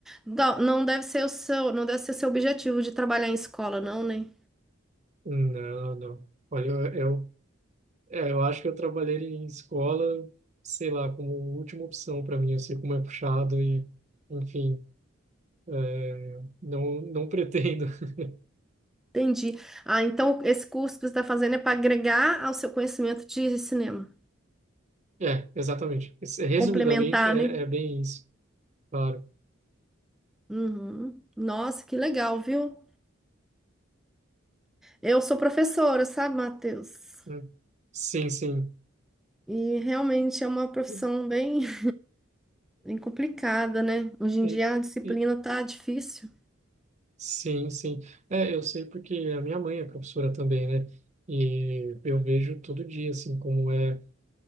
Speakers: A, in the centre; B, on the right.
A: dá- não deve ser o seu, não deve ser seu objetivo de trabalhar em escola, não, né?
B: Não, não. Olha, eu, eu, é, eu acho que eu trabalhei em escola, sei lá, como última opção para mim. Eu sei como é puxado e, enfim, é, não, não pretendo. <laughs>
A: Entendi. Ah, então esse curso que você está fazendo é para agregar ao seu conhecimento de cinema,
B: É, exatamente. Esse- Resumidamente,
A: complementar,
B: é,
A: né?
B: é bem isso, claro.
A: Uhum. Nossa, que legal, viu? Eu sou professora, sabe, Matheus?
B: Hum. Sim, sim.
A: E realmente é uma profissão
B: E-
A: bem, <laughs> bem complicada, né? Hoje em
B: e-
A: dia a disciplina
B: e-
A: tá difícil.
B: sim, sim. É, eu sei porque a minha mãe é professora também, né? E eu vejo todo dia, assim, como é,